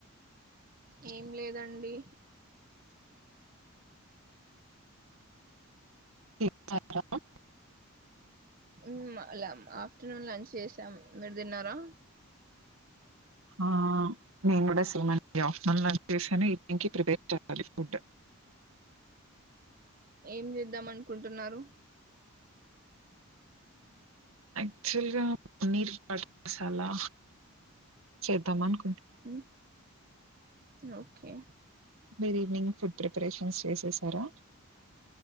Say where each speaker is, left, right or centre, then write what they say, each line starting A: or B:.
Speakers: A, on the right; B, on the right.
A: ఏం లేదండి
B: <unintelligible>
A: హుమ్ ఆఫ్టర్నూన్ లంచ్ చేసాం మీరు తిన్నారా
B: ఆ నేను కూడా సేమ్ అండి ఆఫ్టర్నూన్ లంచ్ చేశాను ఈవినింగ్ కి ప్రిపేర్ చేయాలి ఫుడ్
A: ఏం చేద్దాం అనుకుంటున్నారు
B: యాక్చ్యువల్ గా పనీర్ బట్టర్ మసాలా చేద్దాం అను
A: ఉ ఓకే
B: మీరు ఈవినింగ్ ఫుడ్ ప్రిపరేషన్స్ చేసేసారా